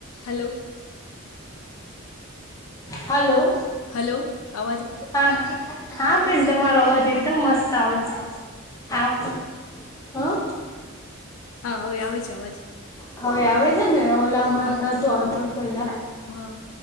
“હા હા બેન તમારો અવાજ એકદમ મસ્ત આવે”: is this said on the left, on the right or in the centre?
Left